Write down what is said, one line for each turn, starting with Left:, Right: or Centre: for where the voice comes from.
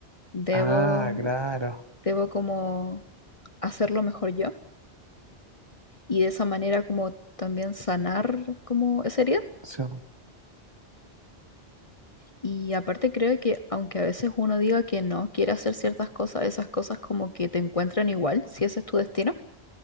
Left: debo...
Right: Ah, claro.
Left: debo como hacerlo mejor yo y de esa manera como también sanar como esa herida.
Right: Sí,
Left: Y aparte creo que aunque a veces uno diga que no quiere hacer ciertas cosas, esas cosas como que te encuentran igual, si ese es tu destino.